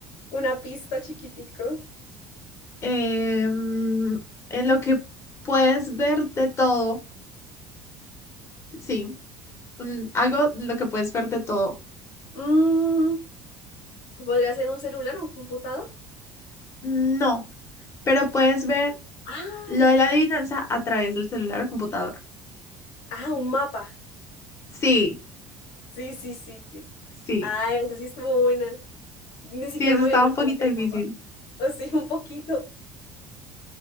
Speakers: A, on the left; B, on the left.
A: Una pista chiquitico.
B: Em, en lo que puedes ver de todo, sí. un- algo en lo que puedes ver de todo.
A: Mm, ¿podría ser un celular o un computador?
B: No, pero puedes ver
A: Ah,
B: lo de la adivinanza a través del celular o computador.
A: ah, un mapa.
B: Sí,
A: Sí, sí, sí, sí.
B: sí,
A: Ah, esa sí estuvo buena. Ni
B: sí,
A: siquiera
B: eso
A: me
B: estaba
A: había imaginado
B: un poquito
A: que era
B: difícil.
A: un mapa. O sí, un poquito.